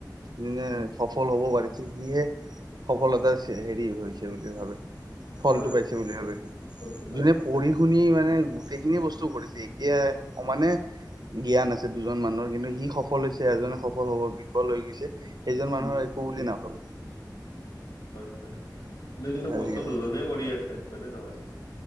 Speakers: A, on the right (about 65°); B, on the left (about 70°).
A: যোনে
B: উম
A: সফ ফল হ'ব পাৰিছে সিহে সফলতাৰ হেৰি হৈছে বুলি ভাবে। ফলটো
B: হয়
A: পাইছে বুলি
B: সেইটোৱে
A: ভাবে,
B: ফলটো পাইছে
A: যোনে পঢ়ি শুনি মানে গোটেইখিনি বস্তু কৰিছে এতিয়া সমানে জ্ঞান আছে দুজন মানুহৰ কিন্তু সি সফল হৈছে এজনে সফল হব বিফল হৈ গৈছে সেইজন মানুহৰ
B: উম
A: একো বুলি নাভাবে।
B: <inaudible> দুই দিনতো
A: আজিকালি
B: কষ্ট দুজনেই কৰি আছে হয় নে? নহয়